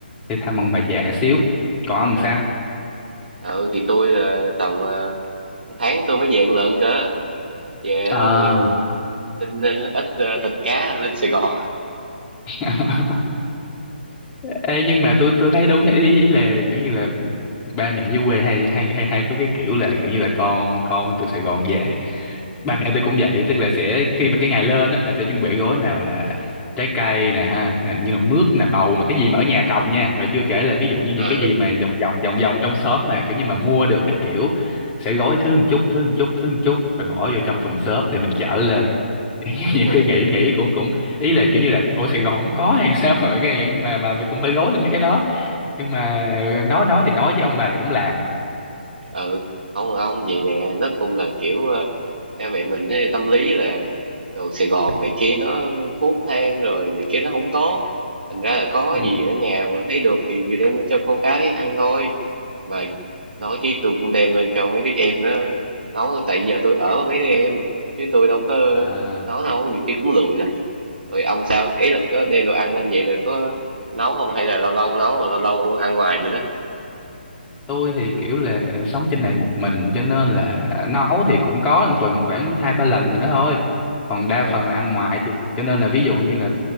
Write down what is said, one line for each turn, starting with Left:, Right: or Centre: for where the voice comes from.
Left: để thăm ông bà già xíu. Còn ông
Right: à,
Left: sao?
Right: à, ừ thì tôi là tầm ờ, tháng tôi mới về một lần cơ. Về
Left: À.
Right: rồi ờ, xin ờ, ít ờ, thịt cá lên Sài Gòn. <laughs>
Left: <laughs> Ê, nhưng mà tôi tôi thấy đúng vậy. ý, ý là kiểu như là ba mẹ dưới quê hay hay hay hay có cái kiểu là kiểu như là con con từ Sài Gòn về ba mẹ tôi cũng vậy tức là sẽ khi mà cái ngày lên á là sẽ chuẩn bị gói nào là trái cây nè ha nè, như là mướp nè bầu mà cái gì mà ở nhà trồng nha rồi chưa kể là ví dụ như những
Right: Ừ,
Left: cái gì mà vòng vòng vòng vòng trong shop mà kiểu như mà mua được các kiểu sẽ gói thứ một chút thứ một chút thứ một chút rồi bỏ vô trong thùng xốp để mình chở lên <laughs>
Right: đúng
Left: nhiều
Right: rồi.
Left: khi nghĩ nghĩ cũng cũng ý là kiểu như là bộ Sài Gòn không có hay <laughs> sao mà mấy cái này nhưng mà mà mình cũng phải gối lên mấy cái đó nhưng mà nói nói thì nói chứ ông bà thì cũng làm à
Right: Ừ, không ông vậy nè, nó cũng là kiểu ờ, ba mẹ mình thấy tâm lý là đồ Sài Gòn này kia nó thuốc thang rồi này kia nó không tốt. Thành ra là có
Left: ừ
Right: gì ở nhà mà thấy được thì vừa đem cho con cái ăn thôi. mà nói chứ tôi cũng đem lên cho mấy đứa em nó nấu tại giờ tôi ở với mấy đứa em chứ tôi đâu có
Left: à
Right: nấu đâu nhiều khi cũng lười lắm rồi ông sao ý là có đem đồ ăn lên vậy rồi có nấu không hay là lâu lâu nấu rồi lâu lâu ăn ngoài vậy đó
Left: tôi thì kiểu là sống trên này một mình cho nên là nấu thì cũng có một tuần khoảng hai ba lần gì đó thôi còn đa
Right: Ờ,
Left: phần là ăn ngoài chị cho nên là ví dụ như là